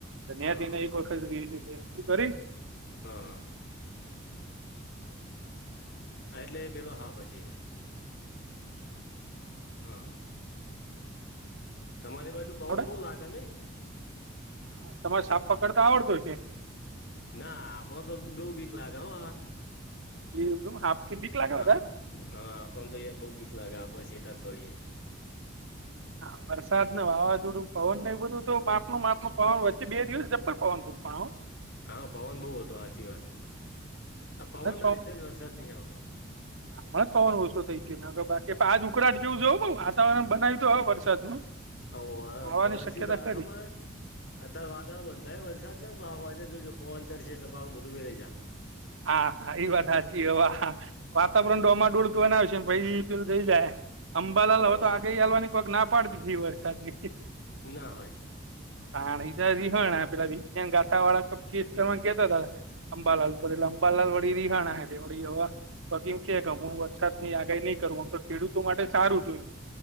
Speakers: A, on the right (about 85°); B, on the left (about 65°).
A: ત્યાંથીને
B: હા
A: એક વખત રેસ્ક્યુ કરી.
B: હા હા એટલે એ પેલો હા પછી હા હા તમારી બાજુ પવન
A: આપણે
B: બહુ લાગે નઈ.
A: હા, તમારે સાપ પકડતા આવડતો કે?
B: ના, આપો તો દો બીક લાગે હો હા.
A: એ સાપથી બીક લાગે
B: હા,
A: વધારે
B: આપણ તો યાર બઉ બીક લાગે, આપડે સેતા તોડીએે.
A: હા, વરસાદ ને વાવાઝોડું, પવન ને બધું તો માપનુ માપનુ પણ વચ્ચે બે દિવસ જબર પવન ફૂંકાણો.
B: હા, પવન બહુ હતો હાચી વાત હે,
A: હમણાં
B: આ પવન ના લીધેજ વરસાદ નહી આવતો. <inaudible>
A: હમણા જ પવન ઓછો થઈ ગયો, ન તો બાકી તો આજ ઉકડાટ જેવું જવું બઉ વાતાવરણ બનાવ્યું તો હવે વરસાદનું.
B: ઓ હ
A: આવવાની
B: પા
A: શક્યતા
B: શું દા
A: ખરી
B: ખબર અત્યારે વાદાળ બંધાય વરસાદ ને, પાવ હોજે જોજો, પવન ચડશે એટલે પાવ બધું વેરાઈ જા.
A: હા હા, ઇ વાત હાચી હોવા, વાતાવરણ
B: હમ
A: તો અમાર દોડ તો બનાવશે ભાઈ ઈ પેલું થઈ જાહે, અંબાલાલ
B: ઓવે
A: હવે તો આ કઈ હાલવાની કોઈક ના પાડતી વરસાદ ની.
B: ના હોય.
A: આ હિધાજી હોણ ને પેલા વિરચન ગાથાવાળા તો <unintelligible> કેતો તો ને. અંબાલાલ કરે એટલે અંબાલાલ વડી રી હાણા હે તે વડી હોવા. ફકીમ કે કે હું વરસાદ ની આગાહી નહીં કરું, આમ તો ખેડૂતો માટે સારું જોયું.